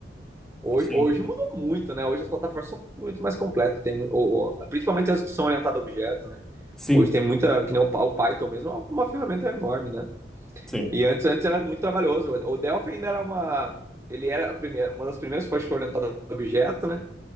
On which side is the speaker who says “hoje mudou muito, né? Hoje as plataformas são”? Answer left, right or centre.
Right